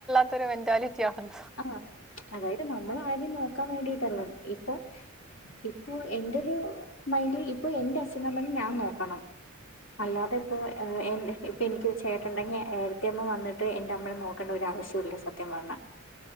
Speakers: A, in the centre; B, on the left.
A: ത്തൊരു മെന്റാലിറ്റി ആന്ന്
B: അ ഹാ അതായത് നമ്മളാരെയും നോക്കാൻ വേണ്ടിട്ടല്ല ഇപ്പൊ ഇപ്പൊ എന്റൊരു മൈന്റിൽ ഇപ്പൊ എന്റെ അച്ഛനമ്മനിം ഞാൻ നോക്കണം അല്ലാതെപ്പോ എ എ ഇപ്പെനിക്കൊരു ചേട്ടണ്ടെങ്കി ഏട്ടത്തി അമ്മ വന്നിട്ട് എന്റെമ്മനെ നോക് - ക്കണ്ട ഒരാവിശ്യുല്ല സത്യം പർഞ്ഞാ